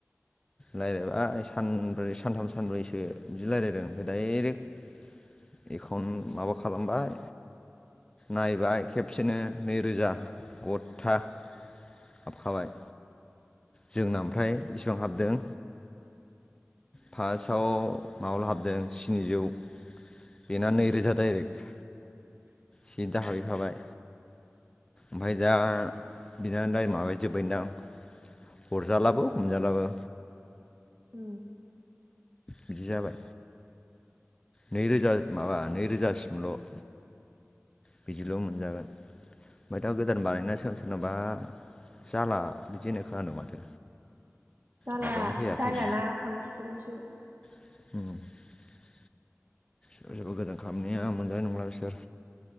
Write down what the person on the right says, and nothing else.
उम
औ।
जाला
जायाना
खनसेल'सो